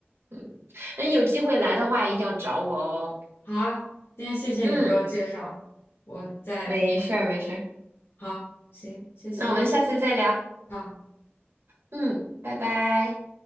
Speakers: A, on the right (about 70°); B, on the left (about 75°).
A: 嗯，那你有机会来的话，一定要找我哦。
B: 好，今天谢谢你给我介绍，
A: 嗯，
B: 我在。
A: 没事儿没事儿。
B: 好，行，谢谢。
A: 那我们下次再聊。
B: 好。
A: 嗯，拜拜。